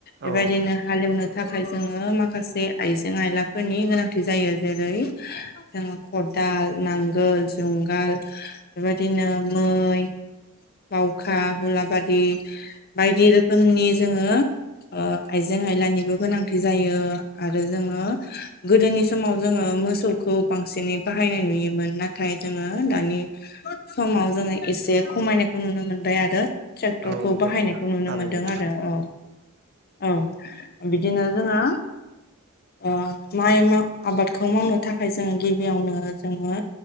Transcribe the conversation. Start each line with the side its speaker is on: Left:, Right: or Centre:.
Right: औ
Left: बेबायदिनो हाल एवनो थाखाय जोङो माखासे आइजें आयलाफोरनि गोनां थि जायो जेरै जोङो खदाल नांगोल जुंगाल बेबायदिनो मै बावखा हुलाबारि बायदि रोखोमनि जोङो ओ आइजें आयलानिबो गोनांथि जायो आरो जोङो गोदोनि समाव जोङो मोसौखौ बांसिनै बाहायनाय नुयोमोन नाथाय जोङो दानि समाव जोङो एसे खमायनायखौ नुनो मोनबाय आरो। ट्रेक्टरखौ
Right: औ नंगौ
Left: बाहायनायखौ
Right: नोंथां
Left: नुनो
Right: थारैनो
Left: मोनदों आरो औ औ। बिदिनो जोङो ओ माइ मा आबादखौ मावनो थाखाय जोङो गिबियावनो जोङो